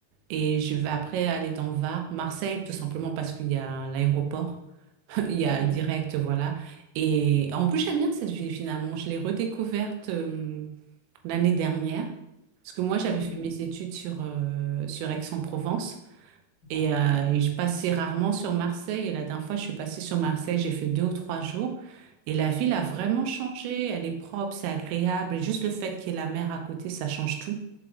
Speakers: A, on the right; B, on the left.
A: Et je
B: Ok.
A: vais après aller dans Var, Marseille, tout simplement parce qu'il y a l'aéroport. <laughs> Il y a
B: Mm,
A: direct, voilà. Et en plus, j'aime bien cette ville finalement. Je l'ai redécouverte euh, l'année dernière. Parce que moi, j'avais
B: mhm.
A: fait mes études sur, euh, sur Aix-en-Provence. Et,
B: D'accord,
A: euh, et je passais rarement sur Marseille. Et la dernière fois, je suis passée sur Marseille, j'ai fait deux ou trois jours. Et la ville a vraiment changé. Elle est propre, c'est agréable. Et juste le fait qu'il y ait la mer à côté, ça change tout.